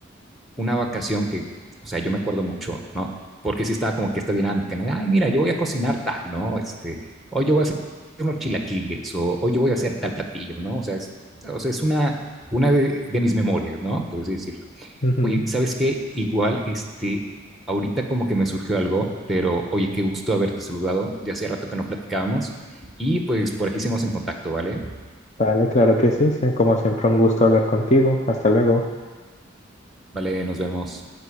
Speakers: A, in the centre; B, on the left.
A: una vacación que, o sea, yo me acuerdo mucho, ¿no? Porque sí estaba como que esta dinámica, ¿no? De, ay, mira, yo voy a cocinar tal, ¿no? Este, hoy yo voy a hacer unos chilaquiles, o hoy yo voy a hacer tal platillo, ¿no? O sea, es, o sea, es una, una de, de mis memorias, ¿no? Por así decirlo.
B: Ujú.
A: Oye, ¿sabes qué? Igual, este, ahorita como que me surgió algo, pero oye, qué gusto haberte saludado. Ya hacía rato que no platicábamos y pues por aquí seguimos en contacto, ¿vale?
B: Vale, claro que sí, sí, como siempre un gusto hablar contigo. Hasta luego.
A: Vale, nos vemos.